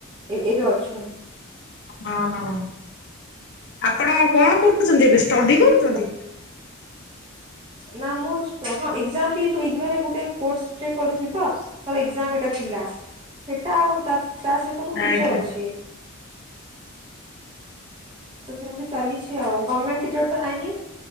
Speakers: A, on the right (about 25°); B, on the left (about 50°).
A: ଏ ଏବେ ଅଛୁ।
B: ଅ ହଁ। ଆପଣ କଣ କରୁଛନ୍ତି ଏବେ ଷ୍ଟଡି କରୁ
A: <unintelligible>
B: <inaudible>
A: ନା ମୁଁ ହଁ ଏଜ୍ଜାମ୍ ବି ଇଗନୋରେ ଗୋଟେ କୋର୍ସ ଟେ କରୁଚି ତ। ମୋର ଏଜ୍ଜାମ୍ ଏଟା ଥିଲା। ସେଟା ଆଉ ତା ସହିତ ମୁଁ ଟିଚର
B: ଆଜ୍ଞା
A: ଅଛି। ତ ସେମିତି ଚାଲିଚି ଆଉ। ଗମେଣ୍ଟ ଟିଚର ତ ନାହିଁ,